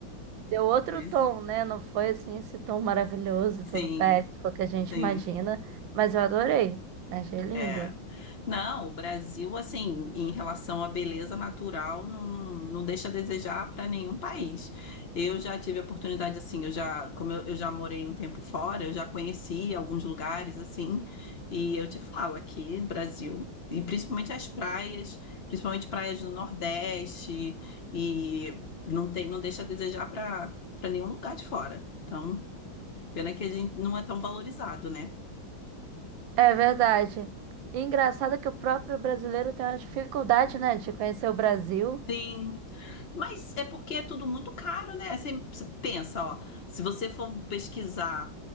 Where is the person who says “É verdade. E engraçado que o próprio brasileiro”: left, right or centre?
Right